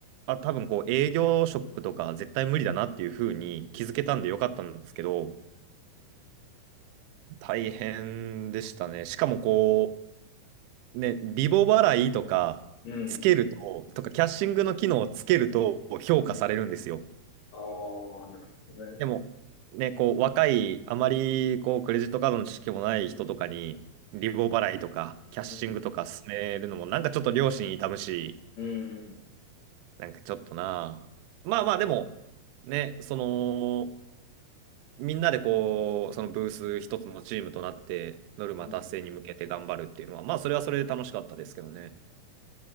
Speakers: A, on the right; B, on the left.
A: あ、多分こう、営業職とか絶対無理だなっていうふうに気づけたんでよかったんですけど、
B: うん、
A: 大変でしたね。しかもこう、ね、リボ払いとかつけると、
B: うん。
A: とかキャッシングの機能をつけると評価されるんですよ。
B: ああ、なるほどね。
A: でも、ね、こう若い、あまりこうクレジットカードの知識もない人とかに、リボ払いとかキャッシングとか勧めるのも、
B: うん、
A: なんかちょっと良心痛むし、
B: うん、うん
A: なんかちょっとなあ。まあまあ、でも、ね、その、みんなでこう、そのブース一つのチームとなって、ノルマ達成に向けて頑張るっていうのは、
B: うん。
A: まあ、それはそれで楽しかったですけどね。